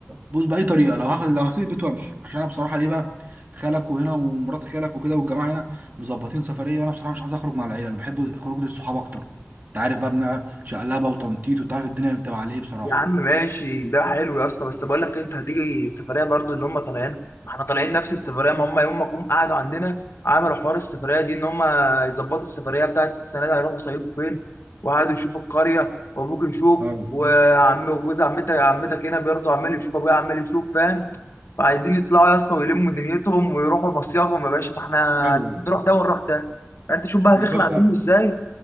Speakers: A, on the right; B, on the left.
A: بص باي طريقه لو هاخد لو هسيب البيت وامشي عشان انا بصراحه ليه بقى خالك وهنا ومرات خالك وكده والجماعه هنا مظبطين سفريه وانا بصراحه مش عايز اخرج مع العيله انا بحب خروج الصحاب اكتر انت عارف بقى بنع شقلبه وتنطيط وتعرف الدنيا بتبقى على ايه بصراحه
B: يا عم ماشي ده حلو يا اسطى بس بقول لك إيه، انت هتيجي السفريه برضو اللي هم طالعين ما احنا طالعين نفس السفريه ما هم يوم ما جم قعدوا عندنا عملوا حوار السفريه دي ان هم يظبطوا السفريه بتاعت السنه دي هيروحوا يصيفوا فين وقعدوا يشوفوا القريه وابوك يشوف
A: اه
B: وعم وجوز عمتك عمتك هنا برضه عمال يشوف ابويا عمال يشوف فاهم فعايزين يطلعوا يا اسطى ويلموا دنيتهم ويروحوا مصيافهم يا باشا فاحنا
A: ايوه
B: لازم نروح ده ونروح ده فانت شوف بقى
A: يا
B: هتخلع
A: باشا
B: منه ازاي